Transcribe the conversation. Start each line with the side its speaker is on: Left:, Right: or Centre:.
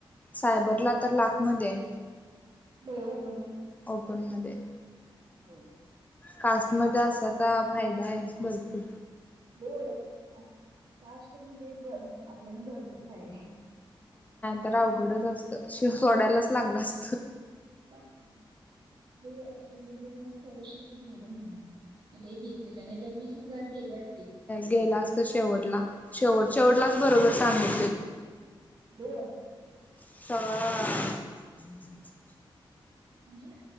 Left: सायबरला तर लाखमध्ये आहे
Right: बेउप
Left: ओपन मध्ये
Right: हो
Left: कास्ट
Right: आणि
Left: मध्ये असाचा फायदा आहे भरपूर
Right: बोळ कास्ट मध्ये ब आपल्याना भरपूर फायदा आहे
Left: तर अवघडच असत शिव सोडायलाच लागलं असत
Right: बाकी काय म्हणता ते आपलं <unintelligible> स्कॉलरशिपच झालं म्हणून आता बीसीला नाही तर वीस हजार गेले असते तसंच
Left: गेलास तर शेवटला शेवट शेवटलाच बरोबर सांगितलेत
Right: बो
Left: सांग
Right: म्हणजे